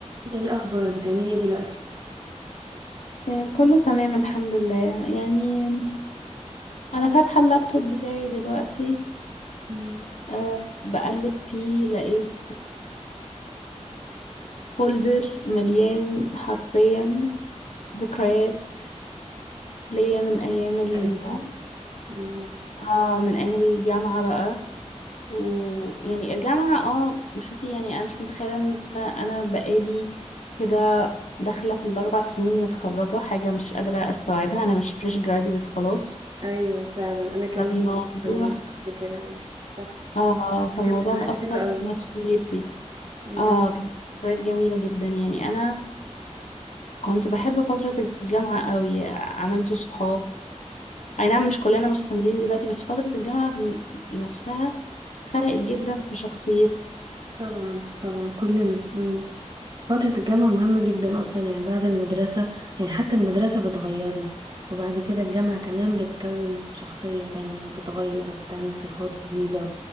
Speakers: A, on the right (about 40°); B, on the left (about 70°).
A: ايه الاخبار بتعملي ايه دلوقتي
B: آه، كله تمام الحمد لله يعني انا فاتحه اللابتوب بتاعي دلوقتي
A: مم.
B: أه بقلب فيه لقيت فولدر مليان حرفيا ذكريات ليا من ايام ال
A: قديمة مم.
B: اه من ايام الجامعه بقى ويعني الجامعه اه شوفي يعني انا مش متخيله ان انا بقالي كده داخله في الاربع سنين متخرجه حاجه مش قادره استوعبها انا مش فريش جراديويت خلاص
A: ايوه فعلا انا كمان
B: الموضوع
A: انا متذكرة ايوه صح
B: اه
A: بس
B: فالموضوع
A: كانت ذكريات
B: مأثر
A: حلوة قوي
B: في نفسيتي
A: مم.
B: اه كانت ذكريات جميلة جدا يعني أنا كنت بحب فترة الجامعة قوي عملت صحاب أي نعم مش كلنا مستمرين دلوقتي بس فترة الجامعة بن- نفسها فرقت جدا في شخصيتي
A: طبعا طبعا كلنا مم. فترة الجامعة مهمة جدا أصلا يعني بعد المدرسة يعني حتى المدرسة بتغيرنا وبعد كده الجامعة كمان بتكون شخصية تانية وبتغير وبتعمل صفات جديدة